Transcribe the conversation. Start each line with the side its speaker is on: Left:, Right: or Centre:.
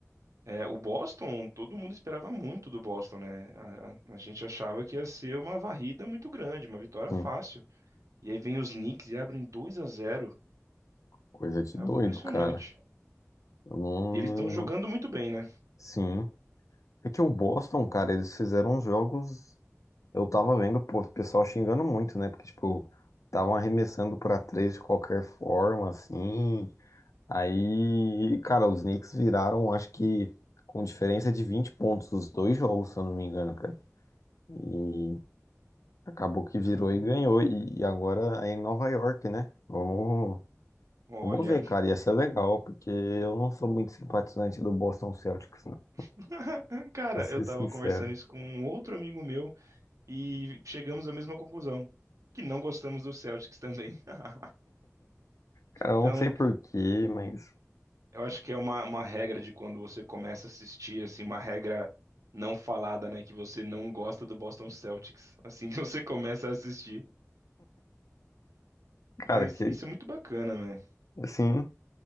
Right: é, o Boston, todo mundo esperava muito do Boston, né? A, a- a gente achava que ia ser uma varrida muito grande, uma vitória
Left: Sim,
Right: fácil. E aí vem os Knicks e abrem 2 a zero.
Left: coisa de
Right: É
Left: doido,
Right: algo impressionante.
Left: cara. Eu não...
Right: E eles estão jogando muito bem, né?
Left: Sim. É que o Boston, cara, eles fizeram uns jogos. Eu tava vendo, pô, o pessoal xingando muito, né? Porque, tipo, estavam arremessando pra três de qualquer forma, assim. Aí, cara, os Knicks viraram, acho que com diferença de 20 pontos os dois jogos, se eu não me engano, cara. E acabou que
Right: Caramba.
Left: virou e ganhou. E, e agora é em Nova York, né? Vamos,
Right: Olha,
Left: vamos ver, cara. Ia ser legal, porque eu não sou muito simpatizante do Boston Celtics, não.
Right: <laughs> cara,
Left: Pra ser
Right: eu tava
Left: sincero.
Right: conversando isso com um outro amigo meu. e chegamos à mesma conclusão, que não gostamos do Celtics também. <laughs>
Left: Cara, eu
Right: Então,
Left: não sei por quê, mas,
Right: eu acho que é uma, uma regra de quando você começa a assistir, assim, uma regra não falada, né, que você não gosta do Boston Celtics, assim que você começa a assistir.
Left: cara,
Right: Mas
Left: que
Right: isso é muito bacana, né?
Left: assim.